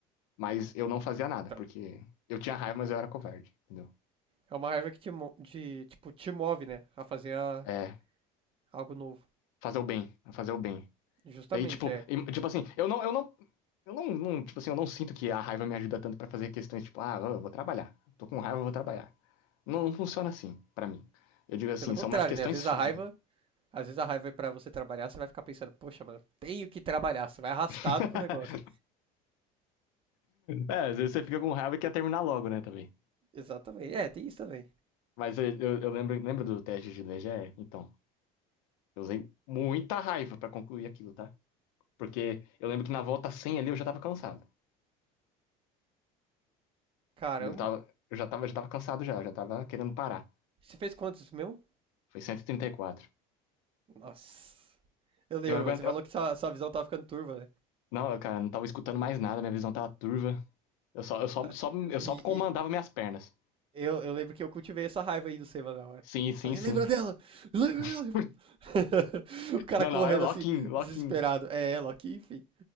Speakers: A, on the left; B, on the right.
A: Mas eu não fazia nada,
B: Então,
A: porque eu tinha raiva, mas eu era covarde, entendeu?
B: é uma raiva que te, mo- de, tipo, te move, né, a fazer a-
A: É,
B: algo novo.
A: fazer o bem, fazer o bem.
B: Justamente,
A: Daí, tipo,
B: é.
A: em- tipo assim, eu não, eu não, eu não, não, tipo assim, eu não sinto que a raiva me ajuda tanto pra fazer questões, tipo, ah, eu vou trabalhar. Tô com raiva, eu vou trabalhar. Não, não funciona assim, pra mim. Eu digo assim,
B: Pelo contrário,
A: são mais questões
B: né? Às vezes
A: físicas.
B: a raiva, às vezes a raiva é pra você trabalhar, você vai ficar pensando, poxa, mano, tenho que trabalhar, você vai arrastado
A: <laughs>
B: pro negócio.
A: É, às vezes você fica com raiva e quer terminar logo, né, também.
B: Exatamente. É, tem isso também.
A: Mas eu, eu, eu lembro, lembra do teste de DGE? Então, eu usei muita raiva pra concluir aquilo, tá? Porque eu lembro que na volta 100 ali eu já tava cansado.
B: Caramba.
A: Eu tava, eu já tava, já tava cansado já, eu já tava querendo parar.
B: Você fez quantos mesmo?
A: Foi 134.
B: Nossa. Eu lembro,
A: Eu aguento,
B: mano, você falou
A: eu-
B: que sua, sua visão tava ficando turva, né?
A: não, eu, cara, não tava escutando mais nada, minha visão tava turva. Eu só, eu só,
B: Ai,
A: só, eu
B: E,
A: só comandava
B: e
A: minhas pernas.
B: eu, eu lembro que eu cultivei essa raiva aí do Seba na hora.
A: Sim, sim,
B: Falei,
A: sim.
B: lembra dela? Lembra dela?
A: <laughs>
B: Ele falou- <laughs> o cara
A: Não,
B: correndo
A: não, era lock-in,
B: assim,
A: lock-in.
B: desesperado. É ela aqui, enfim.